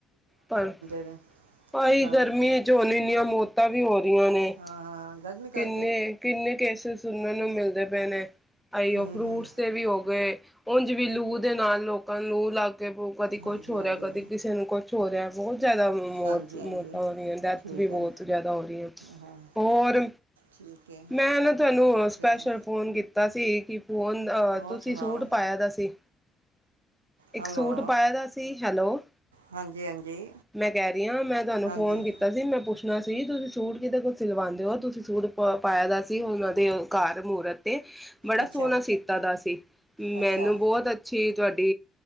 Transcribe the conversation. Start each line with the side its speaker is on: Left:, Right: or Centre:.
Centre: ਪਰ
Right: ਨੇ
Centre: ਭਾਈ
Right: ਫਿਰ ਹਾਂ
Centre: ਗਰਮੀ ਚ ਹੁਣ ਇੰਨੀਆਂ ਮੌਤਾਂ ਵੀ ਹੋ ਰਹੀਆਂ ਨੇ
Right: ਹਾਂ, ਗਰਮੀ ਹਾਂ। ਕਰਕੇ
Centre: ਕਿੰਨੇ, ਕਿੰਨੇ ਕੇਸਿਸ ਸੁਣਨ ਨੂੰ ਮਿਲਦੇ ਵ ਨੇ ਆਈ ਉਹ
Right: ਹੂੰ
Centre: ਫਰੂਟਸ
Right: ਹੂੰ
Centre: ਦੇ ਵੀ ਹੋ ਗਏ ਉਂਝ ਵੀ ਲੂ ਦੇ ਨਾਲ ਲੋਕਾਂ ਨੂੰ ਲੂ ਲੱਗ ਕਿ ਕਦੀ ਕੁਛ
Right: ਹਾਂਜੀ
Centre: ਹੋ
Right: ਹਾਂਜੀ
Centre: ਰਿਹਾ ਕਦੀ ਕਿਸੇ ਨੂੰ ਕੁਛ ਹੋ ਰਿਹਾ ਬਹੁਤ ਜ਼ਿਆਦਾ ਮੌਤ
Right: ਹਾਂਜੀ ਹਾਂਜੀ
Centre: ਮੌਤਾਂ ਹੋ ਰਹੀਆਂ ਡੈਥ
Right: ਠੀਕ
Centre: ਵੀ ਬਹੁਤ
Right: ਹੈ
Centre: ਜ਼ਿਆਦਾ ਹੋ ਰਹੀਆਂ,
Right: ਹਾਂ
Centre: ਹੋਰ।
Right: ਠੀਕ ਹੈ
Centre: ਮੈਂ ਨਾ ਤੁਹਾਨੂੰ ਸਪੈਸ਼ਲ
Right: ਕਿਵੇਂ
Centre: ਫੋਨ ਕੀਤਾ ਤਾ ਸੀ ਕਿ ਫੋਨ ਅਹ
Right: ਹੋਰ
Centre: ਤੁਸੀਂ
Right: ਸੁਣਾਓ
Centre: ਸੂਟ ਪਾਇਆ ਦਾ ਸੀ ਇੱਕ
Right: ਹੈਲੋ
Centre: ਸੂਟ ਪਆ ਦਾ ਸੀ ਹੈਲੋ
Right: ਹਾਂਜੀ ਹਾਂਜੀ
Centre: ਮੈਂ ਕਹਿ ਰਹੀ ਹਾਂ ਮੈਂ ਤੁਹਾਨੂੰ
Right: ਹਾਂਜੀ
Centre: ਫੋਨ ਕੀਤਾ ਸੀ ਮੈਂ ਪੁੱਛ ਨਾ ਸੀ ਤੁਸੀਂ ਛੂਟ ਕਿਤੇ ਕੁਈ ਸਿਲਵਾਉਂਦੇ ਹੋ ਤੁਸੀਂ ਪਾਇਆ ਦਾ ਸੀ ਉਹਨਾਂ ਦੇ ਘਰ ਮੂਰਤ ਤੇ ਬੜਾ
Right: ਅੱਛਾ
Centre: ਸੋਹਣਾ ਸੀਤਾ ਦਾ ਸੀ ਮੈਨੂੰ
Right: ਅੱਛਾ
Centre: ਬਹੁਤ ਅੱਛਾ ਕੀ ਤੁਹਾਡੀ